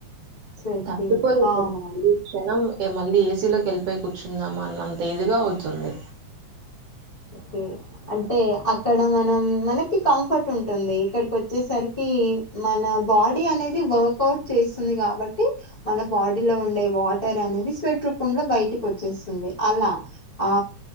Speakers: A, on the left; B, on the right.
A: స్వెట్టింగ్.
B: తట్టుకోలేపో
A: హా!
B: ప్రతి
A: మ్యామ్.
B: క్షణం ఇగా మళ్ళీ ఏసీలోకి వెళ్ళిపోయి కూర్చుందామా అన్నంత ఇదిగా అవుతుంది
A: ఉమ్ అంటే అక్కడ మనం మనకి కంఫర్ట్ ఉంటుంది ఇక్కడికి వచ్చేసరికి మన బాడీ అనేది వర్క్ ఔట్ చేస్తుంది కాబట్టి మన బాడీలో ఉండే వాటర్ అనేది సెవ్ట్ ఇట్రోకుండ బయటికి వచ్చేస్తుంది అలా ఆ